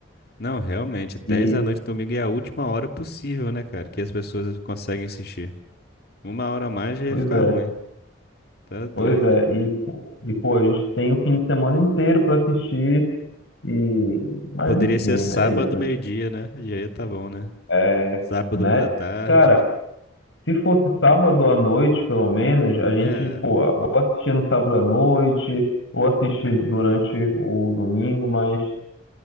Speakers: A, on the left (about 50°); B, on the left (about 70°).
A: Não, realmente, 10
B: E,
A: da noite domingo é a última hora possível, né, cara? Que as pessoas conseguem assistir. Uma hora a mais já ia
B: pois
A: ficar
B: é,
A: ruim. Tá doido.
B: pois é. E, pô- e, pô, a gente tem o fim de semana inteiro pra assistir. E, mas
A: Poderia
B: enfim,
A: ser sábado,
B: é isso.
A: meio-dia, né? E aí tá bom, né?
B: É,
A: Sábado,
B: né?
A: uma da tarde.
B: Cara, Se fosse sábado à noite, pelo menos, a gente,
A: É.
B: pô, ou assistia no sábado à noite, ou assiste durante o domingo, mas